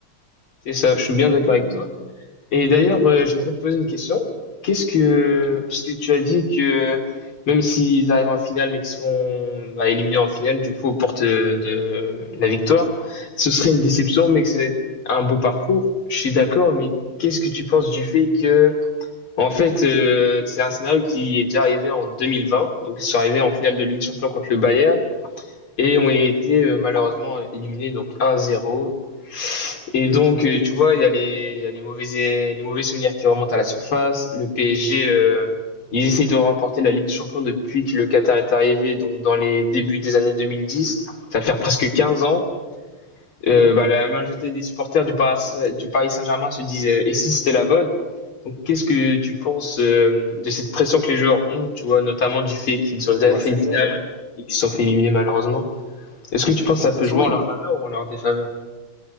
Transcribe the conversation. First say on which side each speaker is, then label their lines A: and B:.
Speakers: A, on the left; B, on the left.
A: C'est ça, je suis
B: Donc,
A: bien d'accord
B: euh,
A: avec toi. Et d'ailleurs, euh, j'aimerais te poser une question. Qu'est-ce que,
B: tu vois.
A: parce que tu as dit que même s'ils arrivent en finale, mais qu'ils se font bah, éliminés en finale, du coup, aux portes de, de la victoire, ce serait une déception, mais que c'est un beau parcours. Je suis d'accord, mais qu'est-ce que tu penses du fait que, en fait, euh, c'est un scénario qui est déjà arrivé en 2020, donc ils sont arrivés en finale de Ligue des Champions contre le Bayern et ont été euh, malheureusement éliminés donc 1-0. Et donc, euh, tu vois, il y a les, il y a les mauvais, les mauvais souvenirs qui remontent à la surface. Le PSG, euh, ils essayent de remporter la Ligue des Champions depuis que le Qatar est arrivé, donc dans les débuts des années 2010. Ça va faire presque 15 ans.
B: Hmm.
A: Euh, bah, la majorité des supporters du Paris, du Paris Saint-Germain se disent, euh, et si c'était la bonne? Donc, qu'est-ce que tu penses euh, de cette pression que les joueurs ont, tu vois, notamment du fait qu'ils ont déjà
B: Ah bah,
A: fait
B: c'est
A: une finale
B: clair, hein.
A: et qu'ils se sont fait éliminer malheureusement? Est-ce que tu penses
B: De
A: que ça
B: toute
A: peut
B: façon,
A: jouer
B: il-
A: en leur faveur ou en leur défaveur?